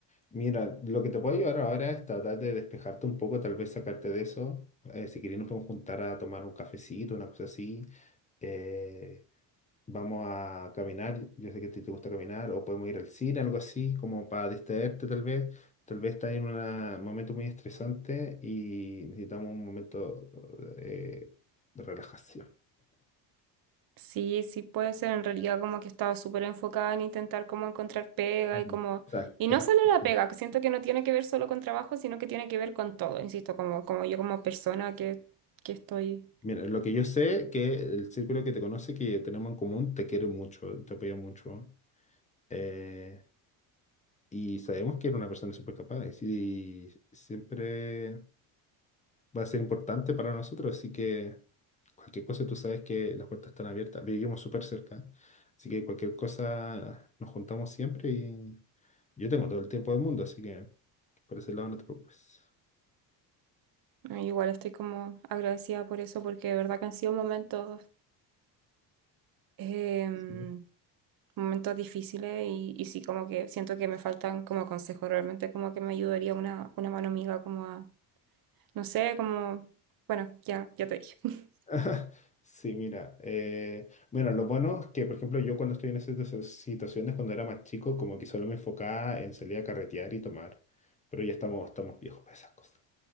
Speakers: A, on the left; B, on the right.
A: Mira, lo que te puedo ayudar ahora es tratar de despejarte un poco, tal vez sacarte de eso. Eh, si querés nos podemos juntar a tomar un cafecito, una cosa así. Eh, Vamos a caminar, yo sé que a ti te gusta caminar, o podemos ir al cine, algo así, como para distraerte tal vez. Tal vez estás en una- un momento muy estresante y necesitamos un momento eh, de relajación.
B: Sí, sí puede ser en realidad como que estaba estado súper enfocada en intentar como encontrar pega
A: Mm,
B: y como,
A: Exacto.
B: y no
A: eh,
B: solo
A: exacto.
B: la pega, que siento que no tiene que ver solo con trabajo, sino que tiene que ver con todo, insisto, como, como yo como persona que, que estoy.
A: mira, lo que yo sé que el círculo que te conoce, que tenemos en común, te quiere mucho, te apoya mucho. eh, y sabemos que eres una persona súper capaz y siempre... va a ser importante para nosotros, así que cualquier cosa tú sabes que las puertas están abiertas, vivimos súper cerca, así que cualquier cosa nos juntamos siempre y yo tengo todo el tiempo del mundo, así que por ese lado no te preocupes.
B: No, Igual estoy como agradecida por eso, porque de verdad que han sido momentos, em,
A: Sí,
B: momentos difíciles y, y sí, como que siento que me faltan como consejos, realmente como que me ayudaría una, una mano amiga como a, no sé, como, bueno, ya, ya te dije. <laughs>
A: <laughs> Sí, mira, eh, bueno, lo bueno es que, por ejemplo, yo cuando estoy en esas esas situaciones, cuando era más chico, como que solo me enfocaba en salir a carretear y tomar, pero ya estamos, estamos viejos para esas cosas.